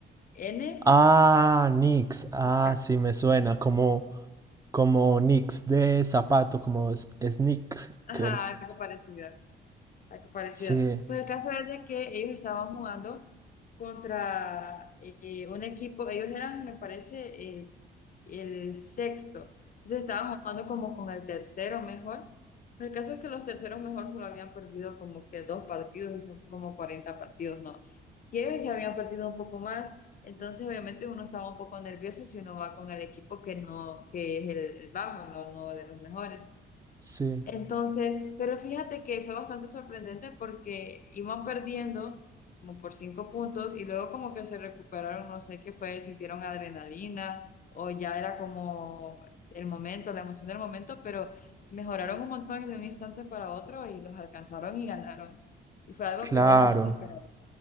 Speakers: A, on the left (about 45°); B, on the right (about 15°).
A: N,
B: Ah, Nix. Ah,
A: K.
B: sí, me suena como, como Nix de zapato, como s- sneakers.
A: Ajá, algo parecido. Algo parecido.
B: Sí,
A: Pues el caso es de que ellos estaban jugando contra eh, un equipo, ellos eran, me parece, el, el sexto. Entonces estaban jugando como con el tercero mejor. Pues el caso es que los terceros mejor solo habían perdido como que dos partidos, y son como 40 partidos, ¿no? Y ellos ya habían perdido un poco más. Entonces, obviamente, uno estaba un poco nervioso si uno va con el equipo que no, que es el, el bajo, no, no de los mejores.
B: sí,
A: Entonces, pero fíjate que fue bastante sorprendente porque iban perdiendo como por cinco puntos y luego como que se recuperaron, no sé qué fue, sintieron adrenalina o ya era como el momento, la emoción del momento, pero mejoraron un montón de un instante para otro y los alcanzaron y ganaron. Y fue algo
B: claro.
A: que uno no se esperaba.